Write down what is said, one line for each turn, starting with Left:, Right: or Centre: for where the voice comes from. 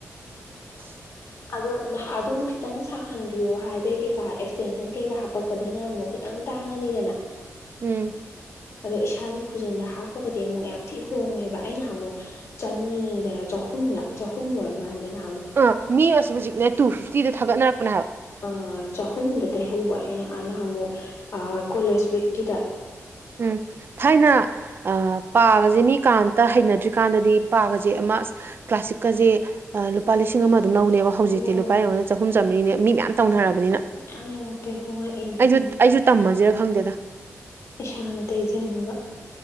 Right: <inaudible>
Left: ꯑꯗꯣ ꯅꯍꯥ ꯑꯗꯨꯝꯈꯤ ꯈꯤꯇꯪ ꯁꯥꯍꯟꯕꯤꯌꯣ ꯍꯥꯏꯕꯩ ꯀꯩꯀꯥ ꯑꯦꯛꯁꯇꯦꯟꯁꯟ ꯀꯩꯀꯥ ꯍꯥꯞꯄꯛꯄꯗꯅ ꯑꯃꯨꯛ ꯈꯤꯇꯪ ꯇꯥꯡꯉꯅꯤꯗꯅ
Right: ꯎꯝ
Left: ꯑꯗꯣ ꯏꯁꯥꯒꯤ ꯈꯨꯖꯤꯟꯗ ꯍꯥꯞꯄꯒꯗꯤ ꯑꯃꯨꯛ ꯌꯥꯝ ꯊꯤ ꯍꯣꯡꯉꯦꯕ ꯑꯩꯅ ꯅꯍꯥꯟꯃꯨꯛ ꯆꯅꯤꯗꯔ ꯆꯍꯨꯝꯂ ꯆꯍꯨꯝ ꯑꯣꯏꯔ ꯃꯥꯜꯂꯦꯅ
Right: ꯑꯥ ꯃꯤꯑꯁꯤ ꯍꯧꯖꯤꯛꯅꯦ ꯇꯨ ꯐꯤꯐꯇꯤꯗ ꯊꯥꯒꯠꯅꯔꯛꯄꯅꯦ ꯍꯥꯏꯕ
Left: ꯑꯥ ꯆꯍꯨꯝꯗ ꯇꯩꯍꯧꯕ ꯑꯩꯅ ꯅꯍꯥꯃꯨꯛ ꯑꯥ ꯀꯣꯂꯦꯖ ꯋꯤꯛꯀꯤꯗ
Right: ꯎꯝ ꯊꯥꯏꯅ ꯑꯥ ꯄꯥꯒꯁꯦ ꯃꯤ ꯀꯥꯝꯇ ꯍꯩꯅꯗ꯭ꯔꯤꯀꯥꯟꯗꯗꯤ ꯄꯥꯒꯁꯦ ꯑꯃ ꯑꯁ ꯀ꯭ꯂꯥꯁꯤꯛꯀꯁꯦ ꯂꯨꯄꯥ ꯂꯤꯁꯤꯡ ꯑꯃ ꯑꯗꯨꯝ ꯂꯧꯅꯦꯕ ꯍꯧꯖꯤꯛꯇꯤ
Left: ꯂꯧꯕꯅꯦ
Right: ꯂꯨꯄꯥ ꯌꯦꯎꯅꯦ ꯆꯍꯨꯝ ꯆꯥꯝꯃꯔꯤꯅꯦ ꯃꯤ ꯃꯌꯥꯝ ꯇꯧꯅꯔꯕꯅꯤꯅ
Left: ꯃꯌꯥꯝ ꯌꯥꯝꯃꯛꯄꯩ ꯍꯣꯡꯉꯛꯏꯅꯦ
Right: ꯑꯩꯁꯨ
Left: ꯎꯝ
Right: ꯑꯩꯁꯨ ꯇꯝꯃꯁꯤꯔꯥ ꯈꯪꯗꯦꯗ
Left: ꯏꯁꯥꯅ ꯇꯩꯖꯅꯕ